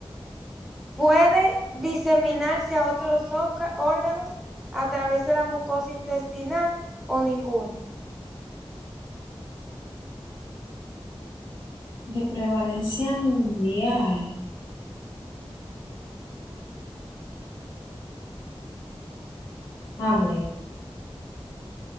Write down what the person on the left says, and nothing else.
De prevalencia mundial. A ver.